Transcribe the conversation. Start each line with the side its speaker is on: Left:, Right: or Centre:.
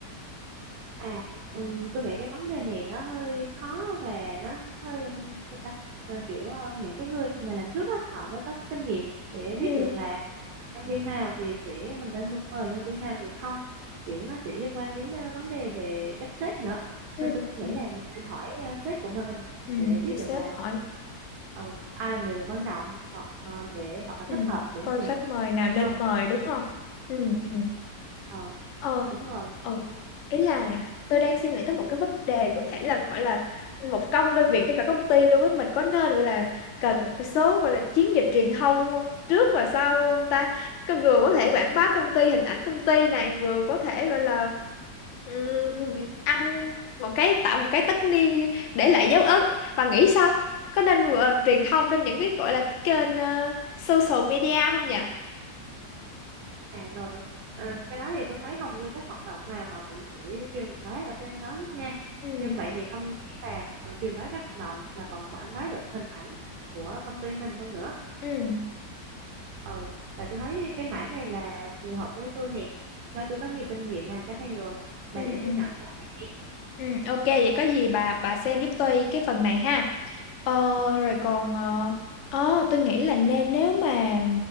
Right: à ừm, tôi nghĩ cái vấn đề này nó hơi khó và nó sao ta Ờ, kiểu ờ, những cái người mà làm trước á, họ mới có kinh nghiệm để
Left: Ừ.
Right: biết được là nhân viên nào thì sẽ mình nên mời nhân viên nào thì không kiểu nó sẽ liên quan đến ờ, vấn đề về cách sếp nữa
Left: Ừ.
Right: nên tôi nghĩ
Left: Ừ.
Right: là mình nên hỏi ờ, sếp của mình
Left: ừ,
Right: để biết
Left: Để sếp
Right: được là
Left: hỏi
Right: ờ, ai là người quan trọng hoặc ờ, để họ
Left: ừ.
Right: thích hợp để
Left: Coi
Right: mà mình
Left: khách mời nào nên
Right: mời
Left: mời đúng không? Ừ. ừ.
Right: Ờ,
Left: Ờ,
Right: đúng rồi
Left: Ừ. Ý là tôi đang suy nghĩ tới một cái vấn đề có thể là gọi là một công đôi việc cho cả công ty luôn ấy mình có nên gọi là cần một cái số gọi là chiến dịch truyền thông không? trước và sau không ta Cái vừa có thể quảng bá công ty hình ảnh công ty này vừa có thể gọi là ừm, ăn một cái tạo một cái tất niên để lại dấu ấn và nghĩ sao có nên ờ, truyền thông trên những cái gọi là cái kênh ờ, social media không nhỉ
Right: À rồi, à, cái đó thì tôi thấy hầu như các hoạt động nào họ cũng sẽ truyền bá ở trên đó hết nha.
Left: Ừ.
Right: Như vậy thì không chỉ là ờ, truyền bá các hoạt động mà còn quảng bá được hình ảnh của công ty mình hơn nữa.
Left: Ừ.
Right: Ừ, và tôi thấy cái mảng này là phù hợp với tôi nè. Do tôi có nhiều kinh nghiệm làm cái này rồi. Bà
Left: Ừ.
Right: để
Left: Ừ.
Right: tôi nhận cái này.
Left: Ừ, ok vậy có gì bà bà xem giúp tôi cái phần này ha. Ờ, rồi còn ờ, ờ, tôi nghĩ là nên nếu mà